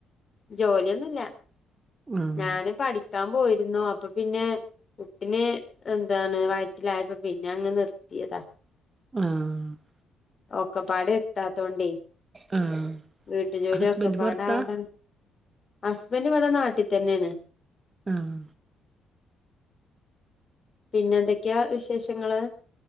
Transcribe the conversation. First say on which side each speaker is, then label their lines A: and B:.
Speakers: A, on the left; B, on the right.
A: ജോലിയൊന്നും ഇല്ല
B: ആഹ്
A: ഞാന് പഠിക്കാൻ പോയിരുന്നു അപ്പൊ പിന്നെ കുട്ടിനെ എന്താണ് വയറ്റിലായപ്പോ പിന്നെ അങ്ങ് നിർത്തിയതാ.
B: ആഹ്
A: ഒക്കെപാടെ എത്താത്തോണ്ടേ
B: ആഹ്
A: വീട്ടു ജോലി
B: ഹസ്ബൻഡ്
A: ഒക്കപാടാവണ്ട
B: പൊറത്താ
A: ഹസ്ബൻഡ് ഇവടെ നാട്ടി തന്നെയാണ്.
B: ആഹ്
A: പിന്നെ എന്തെക്ക്യാ വിശേഷങ്ങള്?